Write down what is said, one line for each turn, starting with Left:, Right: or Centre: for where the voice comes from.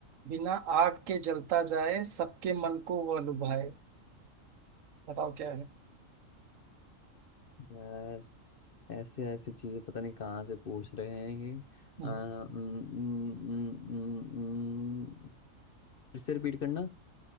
Right: बिना आग के जलता जाए सबके मन को वह लुभाए बताओ क्या है
Left: यार ऐसे ऐसे चीजें पता नहीं कहाँ से पूछ रहे हैं ये
Right: <laughs>
Left: आ, उम, उम, उम, उम, उम, फिर से रिपीट करना